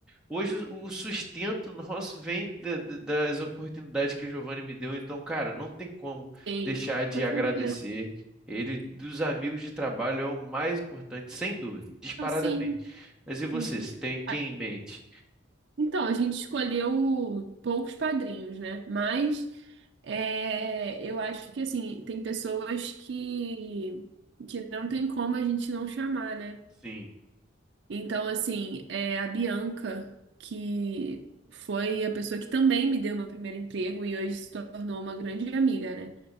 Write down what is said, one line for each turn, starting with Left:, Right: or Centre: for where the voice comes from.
Centre: Hoje o o sustento <laughs> nosso vem da- da- das oportunidades que o Giovanni me deu. Então, cara, não tem como
Right: Sim,
Centre: deixar de
Right: com
Centre: agradecer.
Right: certeza.
Centre: Ele, dos amigos de trabalho, é o mais importante, sem dúvida, disparadamente.
Right: Não, sim,
Centre: Mas e você,
Right: sim.
Centre: se tem quem
Right: Ah,
Centre: em mente?
Right: Então, a gente escolheu poucos padrinhos, né? Mas é, eu acho que, assim, tem pessoas que, que não tem como a gente não chamar, né?
Centre: Sim,
Right: Então, assim, é a Bianca, que foi a pessoa que também me deu meu primeiro emprego e hoje se tornou uma grande amiga, né?